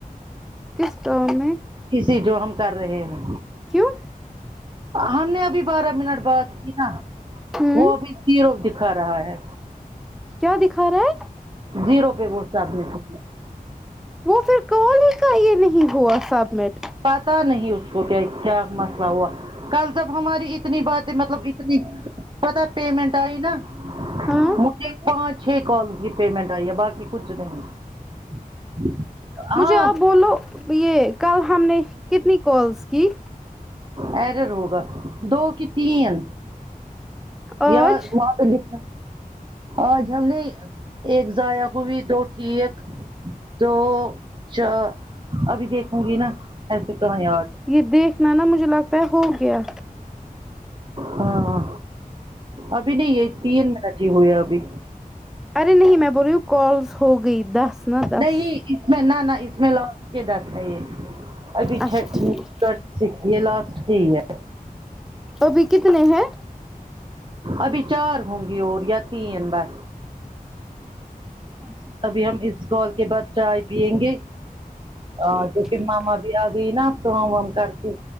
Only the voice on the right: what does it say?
کسی جو ہم کر رہے ہیں
ہم نے ابھی بارہ منٹ بعد کی نا
وہ ابھی تیرو دکھا رہا ہے
جیرو پہ ووٹ ڈالنے کو
پتا نہیں اس کو کیا کیا مسئلہ ہوا کل جب ہماری اتنی باتیں مطلب اتنی پتا پیمنٹ آئی نا
مجھے پانچ چھ کال کی پیمنٹ آئی ہے باقی کچھ نہیں ہاں
اییرر ہوگا دو کی تین
یار وہاں پہ لکھا آج ہم نے ایک ضائع کو بھی دو کی ایک دو چا ابھی دیکھوں گی نا ایسے کمائے
ہاں ابھی نہیں یہ تین منٹ ہی ہوئے ابھی
نہیں اس میں نہ نہ اس میں لوچ کے <unintelligible> ابھی
چٹ
میں ٹھرتے سکس یہ لسٹ کی ہے
ابھی چار ہوں گی اور یا تین بس
ابھی ہم اس کال کے بعد چائے پیئیں گے ا
کیونکہ
ماما بھی آ گئی نہ اب کام وام کرکے